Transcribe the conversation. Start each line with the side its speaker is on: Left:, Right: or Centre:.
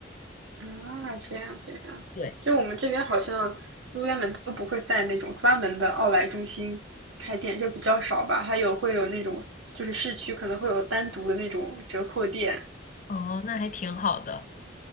Right: 啊，这样这样，
Left: 对。
Right: 就我们这边好像 Lululemon 都不会在那种专门的奥莱中心开店，就比较少吧。还有会有那种，就是市区可能会有单独的那种折扣店，
Left: 哦，那还挺好的。